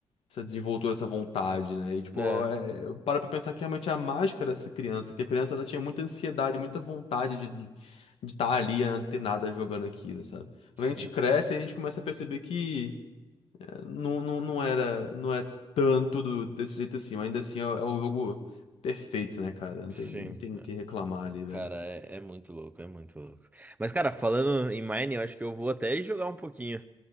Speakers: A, on the left; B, on the right.
A: essa desenvoltura, essa vontade, né? E, tipo,
B: né?
A: é, eu paro pra pensar que realmente a mágica dessa criança, que a criança ela tinha muita ansiedade, muita vontade de estar de, de tá ali antenada jogando aquilo, sabe? Quando
B: Sim,
A: a gente cresce, a gente começa a perceber que. Não, não, não era, não é tanto do- desse jeito assim, mas ainda assim é, o é o jogo perfeito, né, cara? Não
B: sim.
A: tem, não tem o que reclamar ali, velho.
B: Cara, é, é muito louco, é muito louco. Mas, cara, falando em Mine, eu acho que eu vou até jogar um pouquinho.